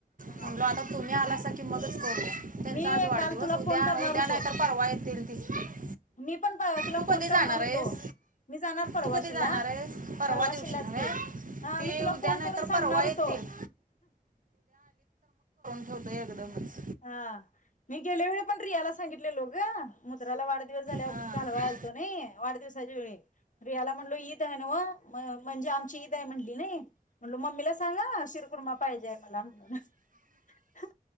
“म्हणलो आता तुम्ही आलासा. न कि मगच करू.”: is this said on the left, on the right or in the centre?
Right